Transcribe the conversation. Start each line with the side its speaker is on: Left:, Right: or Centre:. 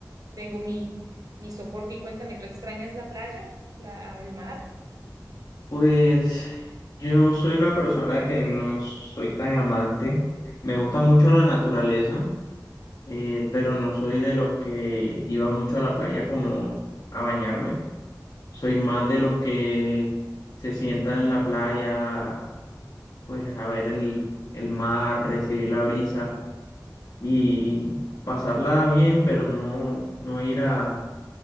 Right: tengo mi, mi soporte y cuéntame, ¿tú extrañas la playa, la, el mar?
Left: Pues yo soy una persona que no soy tan amante. Me gusta mucho la naturaleza. eh, pero no soy de los que iba mucho a la playa como a bañarme. Soy más de los que se sientan en la playa, pues a ver el, el mar, recibir la brisa y pasarla bien, pero no, no ir a,